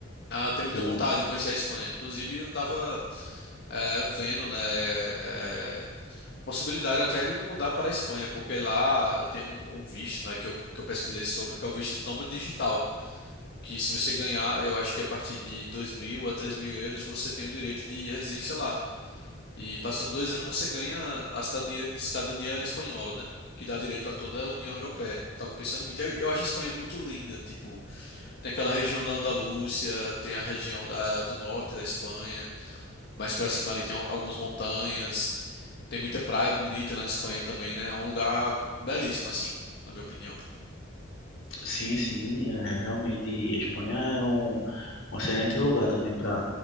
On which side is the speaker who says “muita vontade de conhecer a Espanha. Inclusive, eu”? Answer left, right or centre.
Left